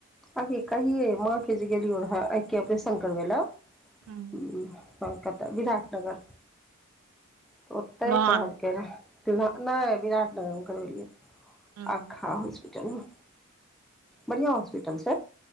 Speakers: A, in the centre; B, on the right (about 80°).
A: आगे कहियै माँ के जे गेलियौ रेहै आँख के ऑपरेशन करबै ला हूंम्म
B: हूं
A: कलकाता विराटनगर तऽ ओतै
B: लोहान
A: कहलकै के रहै तऽ नहि विराटनगरमे करबेलियै रहै
B: हूं
A: अखा हॉस्पिटलमे बढ़ियाँ हॉस्पिटल छै